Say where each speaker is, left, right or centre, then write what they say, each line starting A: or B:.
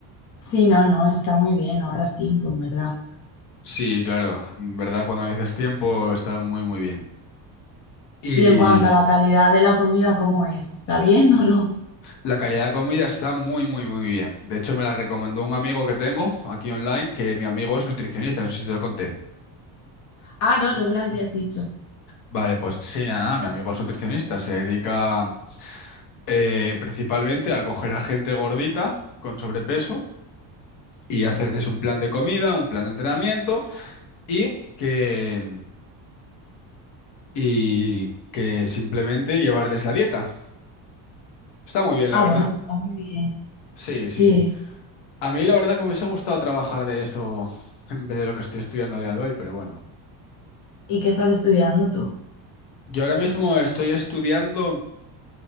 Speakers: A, on the left; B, on the left.
A: Sí, no, no, eso está muy bien, ahorras tiempo, en verdad.
B: Sí, claro, en verdad, cuando necesitas tiempo está muy, muy bien. Y
A: Y en cuanto a la calidad de la comida, ¿cómo es? ¿Está bien o no?
B: la calidad de comida está muy, muy, muy bien. De hecho, me la recomendó un amigo que tengo aquí online, que mi amigo es nutricionista, no sé si te lo conté.
A: Ah, no, no me lo habías dicho.
B: Vale, pues sí, nada, mi amigo es nutricionista, se dedica eh, principalmente a coger a gente gordita con sobrepeso y hacerles un plan de comida, un plan de entrenamiento y que, y que simplemente llevarles la dieta. Está muy bien, la
A: Ah,
B: verdad.
A: bueno, está muy bien.
B: Sí,
A: Sí.
B: sí, sí. A mí la verdad que me hubiese gustado trabajar de esto en vez de lo que estoy estudiando a día de hoy, pero bueno.
A: ¿Y qué estás estudiando tú?
B: Yo ahora mismo estoy estudiando